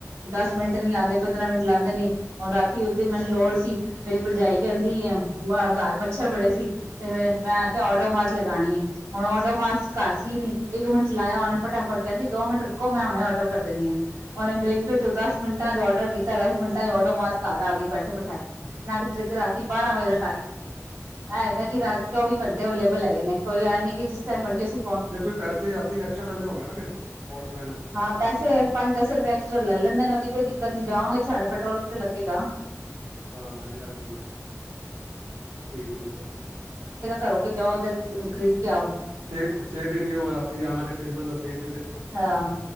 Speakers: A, on the right; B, on the right.
A: ਦਸ ਮਿੰਟ ਨੀ ਲਾਦੇ ਪੰਦਰਾਂ ਮਿੰਟ ਲਾਉਦੇ ਨ ਹੁਣ ਰਾਤੀ ਉਸ ਦਿਨ ਮੈਨੂੰ ਲੋੜ ਸੀ ਮੇਰੀ ਭਰਜਾਈ ਕਹਿੰਦੀ ਆ। ਮੈਅ ਘਰ ਮੱਛਰ ਬੜੇ ਸੀ, ਤੇ ਮੈਂ ਕਿਆ ਔਡ ਔਡੋ ਮਾਸ ਲਗਾਣੀ ਏ। ਹੁਣ ਔਡੋ ਮਾਸ ਘਾਰ ਸੀ ਨੀ ਇੱਕ ਮਿੰਟਚ ਲਾਇਆ ਉਹਨੇ ਫਟਾਫਟ ਕਹਿੰਦੀ ਦੋ ਮਿੰਟ ਰੁਕੋ ਮੈਂ ਹੁਣੇ ਔਡਰ ਕਰ ਦਿੰਦੀ ਹਾਂ। ਉਹਨੇ ਬਲਿੰਕਟ ਤੋਂ ਦਸ ਮਿੰਟਾਂ ਚ ਔਡਰ ਕੀਤਾ ਦਸ ਮਿੰਟ ਡੋ ਮਾਸ ਘਰ ਆ ਕੇ ਬੈਠੇ ਬੈਠਾਏ ਨਾ ਕਿ ਤੁਸੀ ਅਧੀ ਰਾਤੀ ਬਾਰਾਂ ਵਜੇ ਦਾ ਟਾਈਮ, ਏ ਹੈਗਾ ਕਿ ਰਾ ਚੌਵੀ ਘੰਟੇ ਅਵੇਲੇਬਲ ਹੈਗੇ ਨੇ ਕੋਈ ਆ ਨੀ ਕਿ ਜਿਸ ਟਾਈਮਰਜੀ ਅਸੀ
B: ਜੇ ਕੋਈ ਪੈਸੇ ਆਪੀ ਐਕਸਟਰਾ ਲੈਂਦੇ ਹੋਗੇ ਨਾ ਫਿਰ ਔਡਰ ਲੈਣ ਚ-
A: ਹਾਂ ਪੈਸੇ ਪੰਜ, ਦਸ ਰੁਪਏ ਐਕਸਟਰਾ ਲੈਲੈਂਂਦੇ ਔਦ ਕੋਈ ਦਿੱਕਤ ਨੀ, ਜਾਵਾਂਗੇ ਸਾਡਾ ਪੈਟਰੋਲ ਵੀ ਤਾ ਲੱਗੇਗਾ।
B: ਹਾਂ ਇਹ ਵੀ ਗੱਲ ਠੀਕ ਹੈ ਠੀਕ -ਠੀਕ ਹੈ।
A: ਘਰੋ ਕਿ ਜਾਓ ਤੇ
B: ਸੇਵ
A: ਖਰੀਦ ਕੇ ਆਓ
B: - ਸੇਵ ਵੀ ਨੀ ਹੋ ਰਾਤੀ ਜਾਣਾ ਕਿੱਥੇ ਨਾ ਕੋਈ ਸੇਵ
A: ਹਾਂ